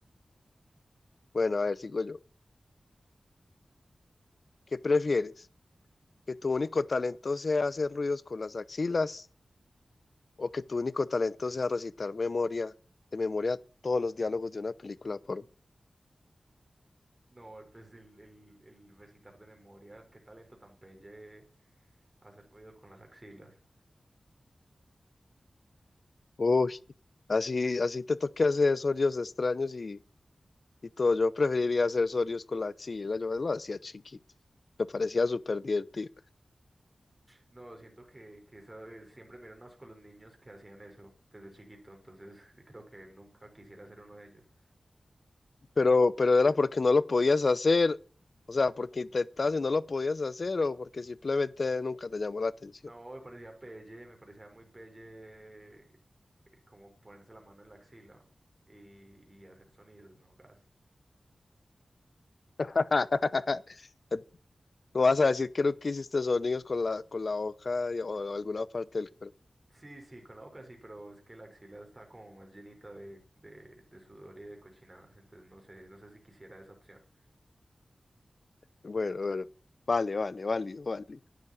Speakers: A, on the left; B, on the right.
A: Bueno, a ver, sigo yo. ¿Qué prefieres? ¿Que tu único talento sea hacer ruidos con las axilas o que tu único talento sea recitar memoria, de memoria todos los diálogos de una película por...
B: No, pues el, el, el recitar de memoria, qué talento tan pelle hacer ruido con las axilas.
A: Uy, así, así te toque hacer sonidos extraños y, y todo. Yo preferiría hacer sonidos con la axila. Yo lo hacía chiquito. Me parecía súper divertido.
B: No, siento que, que eso, eh, siempre me dieron asco los niños que hacían eso desde chiquito, entonces creo que nunca quisiera ser uno de ellos.
A: Pero, pero era porque no lo podías hacer, o sea, porque intentabas y no lo podías hacer, o porque simplemente nunca te llamó la atención.
B: No, me parecía pelle, me parecía muy pelle eh, como ponerse la mano en la axila y, y hacer sonidos, no, gas.
A: <laughs> No vas a decir que nunca hiciste sonidos con la, con la boca y- o alguna parte del cuerpo.
B: Sí, sí, con la boca sí, pero es que la axila está como más llenita de, de, de sudor y de cochinadas, entonces no sé, no sé si quisiera esa opción.
A: Bueno, bueno, vale, vale, válido, válido.